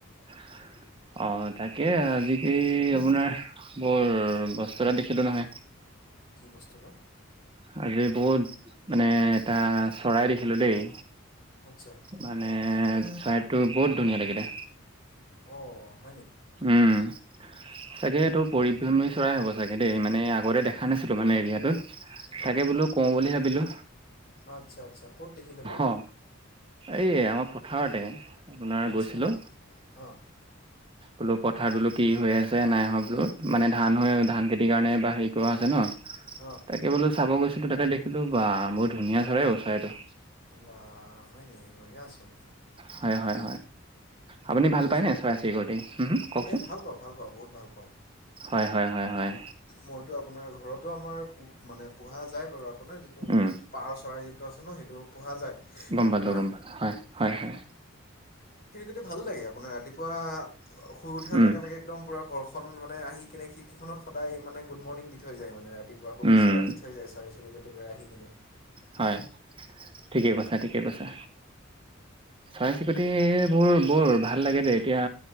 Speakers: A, on the right; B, on the left.
A: <inaudible> অ তাকে আজিকালি আপোনাৰ বৰ বস্তু এটা দেখিলোঁ নহয়
B: কি বস্তু বা
A: আজি বহুত মানে এটা চৰাই দেখিলোঁ দেই
B: আচ্ছা
A: মানে চৰাইটো বহুত ধুনীয়া লাগিলে
B: অ।
A: উম চাগে এইটো পৰিভ্ৰমী চৰাই হ'ব চাগে দেই মানে, আগতে দেখা নাছিল। আছিলো, মানে এৰিয়াটোত। তাকে
B: অঁ
A: বোলো, কওঁ বুলি ভাবিলো
B: আচ্ছা আচ্ছা ক'ত দেখিলে বা
A: অ। এই আমাৰ পথাৰতে। আপোনাৰ
B: আচ্ছা
A: গৈছিলোঁ
B: আহ।
A: বোলো পথাৰ বোলো কি হৈ আছে নাই হোৱা বোলো মানে ধান
B: অঁ
A: হৈ ধান খেতিৰ কাৰণে বা হে, আছে ন,
B: অঁ
A: তাকে বোলো চাব গৈছিলো তাকে দেখিলো বা বহুত ধুনীয়া চৰে ওচৰাইটো।
B: বা হয় নেকি বঢ়িয়াছো।
A: হয় হয় আপুনি ভাল পায়
B: চৰাইটো
A: নে, চৰাই চিৰিক কওঁকচোন
B: এই ভাল পাওঁ ভাল পাওঁ বহুত ভাল পাওঁ
A: হয়, হয়। হয় হয়
B: মইতো আপোনাৰ ঘৰতো আমাৰ মানে পোহা যায় বাৰু আপোনাৰ যিটো
A: উম।
B: পাৰ চৰাই যিটো আছে ন' সেইটো পোহা যায়
A: গম
B: আপোনাৰ
A: পালো, গম পালো।
B: ভালে লাগে আপোনাৰ ৰাতিপুৱা শুই উঠাৰে
A: উম
B: লগে একম পুৰা মানে আহি কিনে খিৰীকিখনত সদায় মানে গুড মৰ্ণিং দি থৈ যায় মানে ৰা ৰাতিপুৱা শুেচ্ছ
A: উম
B: এটা দি থৈ যায় মানে চৰাই চিৰিকটি কিনে
A: হয়, ঠিকে কৈছা, ঠিকে কৈছা। চৰাই চিৰিকতিবোৰ বৰ ভাল লাগে দেই এতিয়া